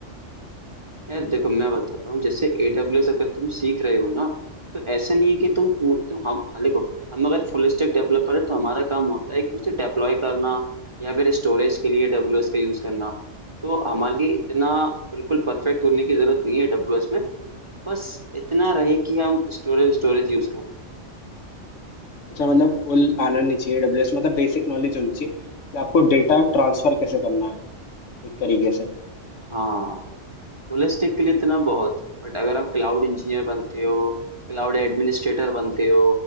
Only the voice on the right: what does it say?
यार देखो मैं बताता हूँ जैसे AWS अगर तुम सीख रहे हो ना तो ऐसा नहीं है कि तुम पू- तो हम हाँ देखो हम अगर फुल स्टैक डेवलपर है तो हमारा काम होता है कि उसे डेप्लॉय करना या फिर स्टोरेज के लिए AWS का यूज करना तो हमारे लिए इतना बिल्कुल परफेक्ट होने की जरूरत नहीं है AWS में बस इतना रहे कि हम स्टोरेज स्टोरेज यूज करें
हाँ होलिस्टिक के लिए इतना बहुत है बट अगर आप क्लाउड इंजीनियर बनते हो क्लाउड एडमिनिस्ट्रेटर बनते हो